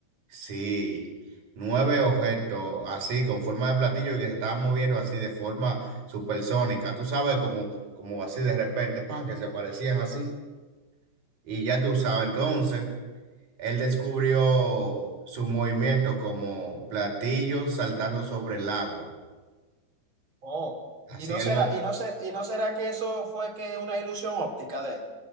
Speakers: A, on the right; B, on the right.
A: Sí, nueve objetos así con forma de platillo y que se estaban moviendo así de forma supersónica. Tú sabes como, como así de repente, pan, que se aparecían así. Y ya tú sabes entonces. Él descubrió su movimiento como platillos saltando sobre el agua.
B: Oh.
A: Así
B: Y no
A: él
B: será,
A: lo...
B: y no ser, y no será que eso fue que una ilusión óptica de él.